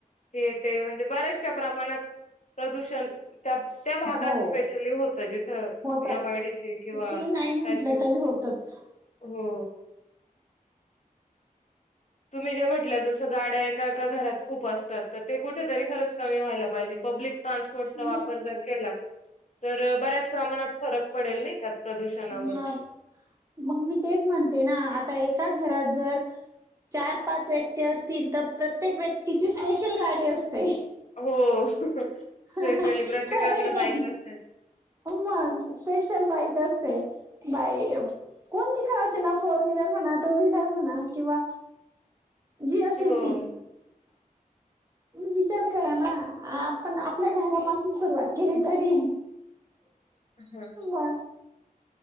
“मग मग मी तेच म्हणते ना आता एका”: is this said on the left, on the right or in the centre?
Right